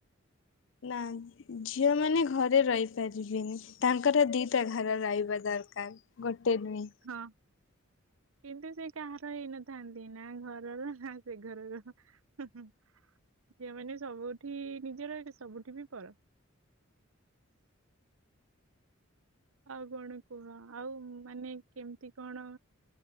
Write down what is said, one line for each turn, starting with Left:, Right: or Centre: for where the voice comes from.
Left: ନା। ଝିଅମାନେ ଘରେ ରହିପାରିବେନି ତାଙ୍କରା ଦିଇଟା ଘର ରହିବା ଦରକାର। ଗୋଟେ ନୁହେଁ।
Right: ହଁ। କିନ୍ତୁ ସେ କାହାର ହେଇନଥାନ୍ତି ନା ଘରର ନା ସେ ଘରର। ଝିଅମାନେ ସବୁଠି ନିଜର ସବୁଠି ବି ପର। ଆଉ କଣ କୁହ ଆଉ ମାନେ କେମିତି କଣ?